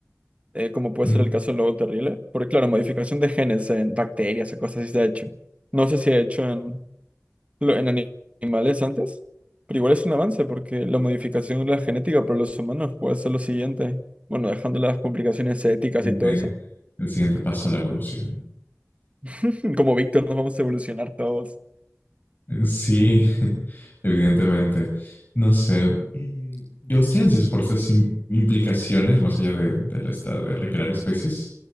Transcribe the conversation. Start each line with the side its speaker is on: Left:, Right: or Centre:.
Right: eh, como puede
Left: mm,
Right: ser el caso del lobo terrible. Porque, claro, modificación de genes en bacterias o cosas así se ha hecho. No sé si ha hecho en, lo- en ani- animales antes, pero igual es un avance porque la modificación de la genética para los humanos puede ser lo siguiente. Bueno, dejando las complicaciones éticas
Left: siguiente-
Right: y todo eso.
Left: el siguiente paso a la evolución.
Right: <laughs> Como Víctor, nos vamos a evolucionar todos.
Left: Eh, Sí, <laughs> evidentemente. No sé. mm, Yo ciencias por estas im- implicaciones, más allá de, de la esta- de recrear especies,